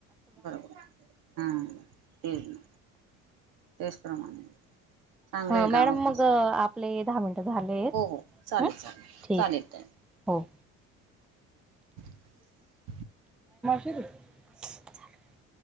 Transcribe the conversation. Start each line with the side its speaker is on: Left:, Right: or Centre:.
Right: बरोबर ह तेच ना तेच प्रमाणे चांगलं
Centre: हा
Right: आहे
Centre: मॅडम
Right: गावाकडचं
Centre: मग आपले दहा मिनट झालेत,
Right: हो हो चालेल
Centre: आहे ह
Right: चालेल
Centre: ठीक
Right: चालेल ताई
Centre: हो.
Right: <inaudible>
Centre: <inaudible>